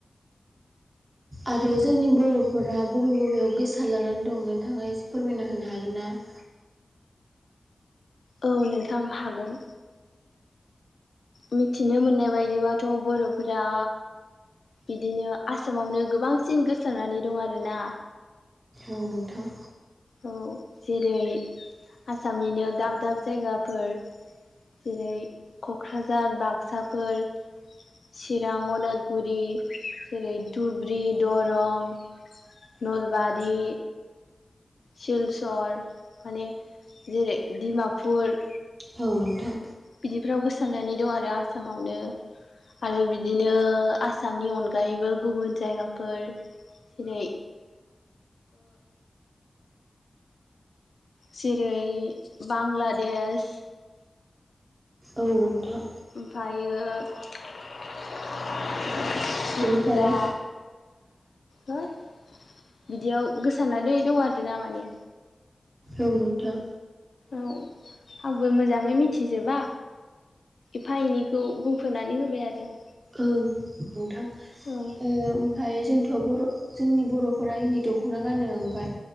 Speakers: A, on the right (about 40°); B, on the left (about 75°).
A: आरो जोंनि बर'फोरा बबे बबेयाव गोसार लानानै दं नोंथाङा एसे फोरमायना होनो हागोन ना? <inaudible>
B: औ नोंथां हागोन। मिथिनो मोननाय बायदिबाथ' बर'फोरा बिदिनो आसामावनो गोबांसिन गोसारनानै दं आरोना।
A: औ नोंथां
B: औ जेरै आसामनिनो दाब दाब जायगाफोर जेरै क'क्राझार बाक्साफोर चिरां अदालगुरि जेरै धुब्रि दरं नलबारि सिलचर माने जेरै डिमापुर
A: आं नोंथां
B: बिदिफ्राव गोसारानानै दं आरो आसामावनो आरो बिदिनो आसामनि अनगायैबो गुबुन जायगाफोर जेरै जेरै बांलादेश
A: औ नोंथां
B: ओमफायो <unintelligible>
A: बेनिफ्राय
B: रा बिदियाव गोसारानानै दं आरो ना माने
A: औ नोंथां
B: औ आंबो मोजाङै मिथिजोबा एफा एनैखौ बुंफोरनानै होबाय आरो आं
A: औ नोंथां
B: औ
A: ओमफाय जों थ' बर' जोंनि बर'फोरा इन्दि दख'ना गानो ओमफाय